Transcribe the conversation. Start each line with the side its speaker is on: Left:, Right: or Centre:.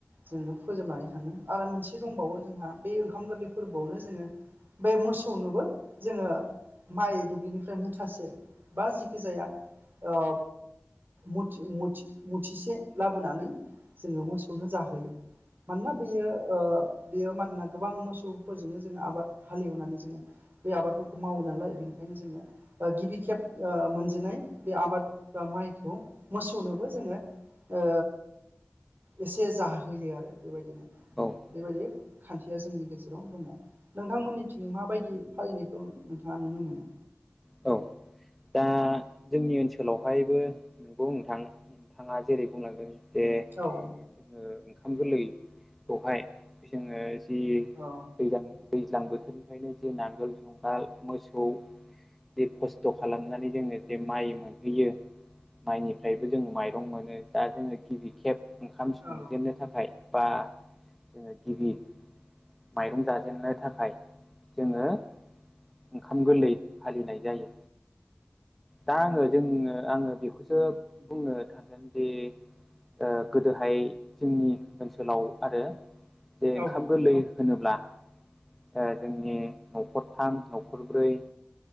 Right: जोङो फोजोबनानै थाङो आरो मोनसे दंबावो जोंहा बे ओंखाम गोरलै फोरबोआवनो जोङो बे मोसौनोबो जोङो माइ दुब्लिनिफ्राय मुथासे बा जिखि जाया ओ मथि-मथि-मुथिसे लाबोनानै जोङो मोसौनो जाहोयो। मानोना बेयो ओ बेयो मानोना गोबां मोसौफोरजोंनो जोङो आबाद हालेवनानै जोङो बे आबादफोरखौ मावो नालाय बेनिखायनो जोङो ओ गिबि खेब ओ मोनजिनाय बे आबाद बा माइखौ मोसौनोबो जोङो ओ एसे जाहोयो आरो बेबायदिनो।
Centre: औ
Right: बेबायदि या जोंनि गेजेराव दङ। नोंथांमोननिथिं माबायदि फालिनायखौ नोंथाङा नुनो मोनो?
Centre: औ दा जोंनि ओनसोलावहायबो नंगौ नोंथां नोंथाङा जेरै बुंलांदों जे
Right: औ
Centre: जोङो ओंखाम गोरलैखौहाय जोङो जि
Right: औ
Centre: दैज्लां दैज्लां बोथोरनिफ्रायनो जे नांगोल जुंगाल मोसौ ज खस्थ' खस्थ' खालामनानै जोङो जे माइ मोनहैयो माइनिफ्रायबो जों माइरं मोनो दा जोङो गिबि खेब ओंखाम संजेननो
Right: औ
Centre: थाखाय बा जोङो गिबि माइरं जाजेननो थाखाय जोङो ओंखाम गोरलै फालिनाय जायो। दा आङो जोंङो आङो बेखौसो बुंनो थांगोन दि ओ गोदोहाय जोंनि ओनसोलाव आरो जे ओंखाम
Right: औ
Centre: गोरलै होनोब्ला ओ जोंनि न'खरथाम न'खरब्रै